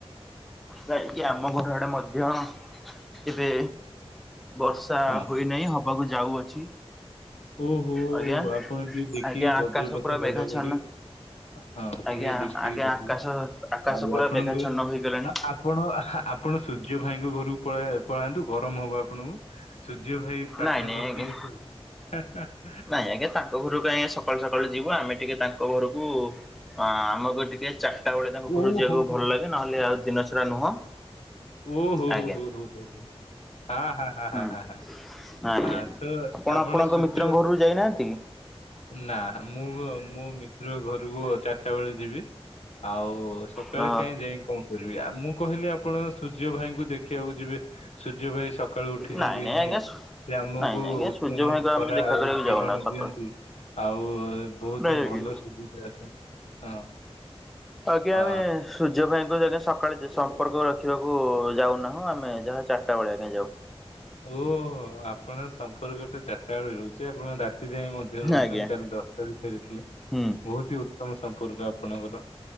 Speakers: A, in the centre; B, on the left.
A: ନାହିଁ କି ଆମ ଘର ଆଡେ ମଧ୍ୟ ଏବେ ବର୍ଷା
B: ହଁ।
A: ହୋଇନାହିଁ ହବାକୁ ଯାଉଅଛି।
B: ଓହୋ
A: ଆଜ୍ଞା
B: ଆପଣ ଟିକେ ଦେଖିକି
A: ଆଜ୍ଞା
B: ବଜ୍ରପାତ
A: ଆକାଶ ପୁରା
B: ଘଡଘଡି
A: ମେଘାଚ୍ଛନ୍ନ।
B: ହଁ
A: ଆଜ୍ଞା
B: ଟିକେ ଦେଖିକି
A: ଆଜ୍ଞା
B: ରହିବେ
A: ଆକାଶ ଆକାଶ
B: ଆଉ
A: ପୁରା
B: ଆପଣଙ୍କୁ
A: ମେଘାଚ୍ଛନ୍ନ ହୋଇଗଲାଣି
B: ଆ ଆ ଆପଣ ଆ ହା ଆପଣ ସୂର୍ଯ୍ୟ ଭାଇଙ୍କ ଘରକୁ ପଳାଏ ପଳାନ୍ତୁ ଗରମ ହବ ଆପଣଙ୍କୁ। ସୂର୍ଯ୍ୟ ଭାଇ ପାଖରେ
A: ନାଇଁ ନାଇଁ
B: ବସିଥିବେ
A: ଆଜ୍ଞା।
B: ତ ହାଁ ହଁ।
A: ନାଇଁ ଆଜ୍ଞା ତାଙ୍କ ଘରକୁ କାଁଇ ଏ ସକାଳୁ ସକାଳୁ ଯିବୁ ଆମେ ଟିକେ ତାଙ୍କ ଘରକୁ ଅଁ ଆମକୁ ଟିକେ ଚାରଟା ବେଳେ ତାଙ୍କ ଘରକୁ
B: ଓ
A: ଯିବାକୁ
B: ହୋ ହୋ
A: ଭଲ
B: ହୋ
A: ଲାଗେ ନହେଲେ ଆଉ ଦିନ ସାରା ନୁହଁ।
B: ଓ ହୋ
A: ଆଜ୍ଞା
B: ହୋ ହୋ ହୋ ହୋ ହୋ ଆ ହା ହା ହା
A: ହୁଁ
B: ହା ହା
A: ଆଜ୍ଞା।
B: ଆ ତ ଆପଣ
A: ଆପଣଙ୍କ
B: ସୂ
A: ମିତ୍ରଙ୍କ
B: ଯ୍ୟ
A: ଘରକୁ ଯାଇନାହାନ୍ତି କି?
B: ନା ମୁଁ ଅ ମୁଁ ମି ତ୍ର ଘରକୁ ଚାରିଟା ବେଳେ ଯିବି ଆଉ ସକାଳେ
A: ହଁ
B: କାହିଁ ଯାଇକି କଣ କରିବି ଆ ମୁଁ କହିଲି ଆପଣ ସୂର୍ଯ୍ୟ ଭାଇଙ୍କୁ ଦେଖିବାକୁ ଯିବେ ସୂର୍ଯ୍ୟ ଭାଇ ସକାଳୁ ଉଠିଛନ୍ତି
A: ନାଇଁ ନାଇଁ
B: କି ନାହିଁ
A: ଆଜ୍ଞା।
B: ସେ ଆମକୁ
A: ନାଇଁ ନାଇଁ ଆଜ୍ଞା
B: ଉତ୍ତମ
A: ସୂର୍ଯ୍ୟ ଭାଇଙ୍କୁ
B: ଖରା
A: ଆମେ ଦେଖା
B: ଆଉ
A: କରିବାକୁ ଯାଉନା
B: କିରଣ
A: ସକାଳୁ
B: ଦିଅନ୍ତି। ଆଉ ବହୁତ
A: ନାଇଁ
B: ହିଁ
A: ଆଜ୍ଞା।
B: ଭଲ ସୁବିଧା ତେଁ ହଁ।
A: ଆଜ୍ଞା
B: ଆ
A: ଏଣେ ସୂର୍ଯ୍ୟ ଭାଇଙ୍କୁ ଆଜ୍ଞା ସକାଳେ ଯେ ସମ୍ପର୍କ ରଖିବାକୁ ଯାଉନାହୁଁ ଆମେ ଯାହା ଚାରିଟା ବେଳେ ଆଜ୍ଞା ଯାଉ।
B: ଓହୋ ଆପଣ ସମ୍ପର୍କ ତ ଚାରିଟା ବେଳ ରହୁଛି ଆପଣ ରାତି ଯାଇ ମଧ୍ ମଧ୍ୟ ରହୁଛନ୍ତି
A: ଆଜ୍ଞା
B: କାଲି ଦଶଟା ରେ ଫେରିଥିଲେ
A: ହୁଁ
B: ବହୁତ ହି ଉତ୍ତମ ସମ୍ପର୍କ ଆପଣଙ୍କର